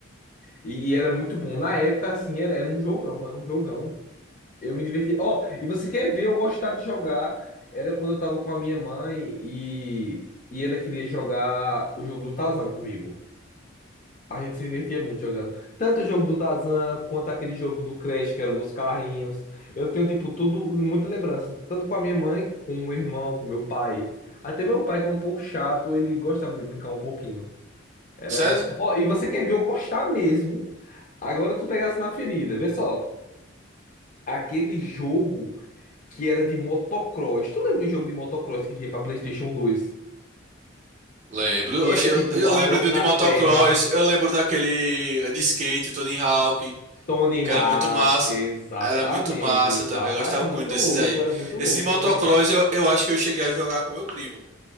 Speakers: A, on the left; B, on the right.
A: E, e era muito bom. Na época, assim, era, era um jogão, era um jogão. Eu me divertia. Ó, e você quer ver eu gostar de jogar? Era quando eu tava com a minha mãe e, e ela queria jogar o jogo do Tarzan comigo. A gente se divertia muito jogando. Tanto o jogo do Tarzan, quanto aquele jogo do Crash, que era dos carrinhos. Eu tenho, tipo, tudo, muita lembrança. Tanto com a minha mãe, com o meu irmão, com meu pai. Até meu pai, que é um pouco chato, ele gostava de brincar um pouquinho. Era,
B: Certo?
A: era. Ó, e você quer ver eu gostar mesmo? Agora tu pegasse na ferida, vê só. Aquele jogo que era de motocross. Tu lembra um jogo de motocross que tinha pra PlayStation 2?
B: Lembro.
A: Que
B: Oxi,
A: era,
B: eu,
A: tipo,
B: eu
A: a
B: lembro
A: moto
B: do
A: na
B: de motocross,
A: terra.
B: eu lembro daquele eh, de skate, Tony Hawk,
A: Tony
B: que
A: Hawk,
B: era muito massa.
A: exatamente,
B: Era muito massa
A: exata.
B: também, eu gostava
A: Era muito
B: muito desses
A: louco,
B: aí.
A: era muito
B: Esse
A: louco
B: de motocross
A: o Tony Hawk.
B: eu, eu acho que eu cheguei a jogar com meu primo.